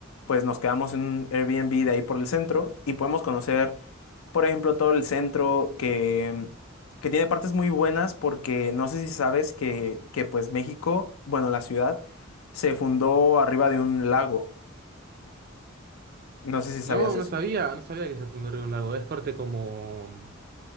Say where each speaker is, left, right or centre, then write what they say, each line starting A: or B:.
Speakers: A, on the left; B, on the right.
A: pues nos quedamos en un Airbnb de ahí por el centro y podemos conocer, por ejemplo, todo el centro que, que tiene partes muy buenas porque no sé si sabes que, que pues México, bueno, la ciudad se fundó arriba de un lago. No sé si sabías
B: No,
A: eso.
B: no sabía, no sabía que se fundó Río un lago. Es corte como